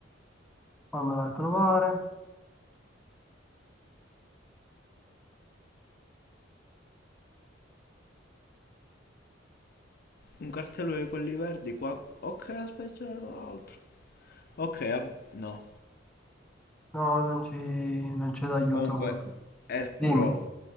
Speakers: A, in the centre; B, on the left.
A: fammela trovare.
B: Un cartello di quelli verdi qua. Ok, aspetta, c'era un altro. Ok, ab- no.
A: No, non ci, non c'è d'aiuto
B: Comunque,
A: uno più.
B: Elk
A: Dimmi.
B: Grove.